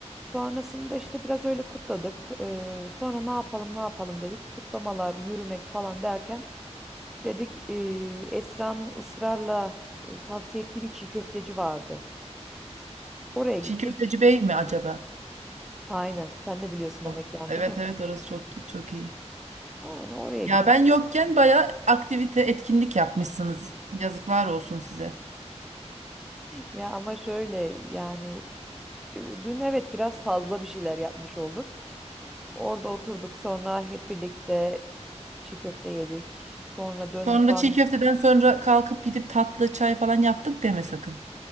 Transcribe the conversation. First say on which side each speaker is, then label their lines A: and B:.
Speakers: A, in the centre; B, on the right.
A: Sonrasında işte biraz öyle kutladık. Ee, sonra ne yapalım ne yapalım dedik. Kutlamalar, yürümek falan derken dedik ee, Esra'nın ısrarla e, tavsiye ettiği bir çiğ köfteci vardı. Oraya gittik.
B: Çiğ Köfteci Bey mi acaba?
A: Aynen. Sen de biliyorsun o
B: Oh,
A: mekan
B: Evet
A: değil mi?
B: evet orası çok çok iyi.
A: Aynen oraya
B: Ya
A: gittik.
B: ben
A: <laughs>
B: yokken bayağı aktivite, etkinlik yapmışsınız. Yazıklar olsun size.
A: Ya ama şöyle yani Dün evet biraz fazla bir şeyler yapmış olduk. Orada oturduk sonra hep birlikte çiğ köfte yedik. Sonra döndük
B: Sonra
A: falan.
B: çiğ köfteden sonra kalkıp gidip tatlı çay falan yaptık deme sakın.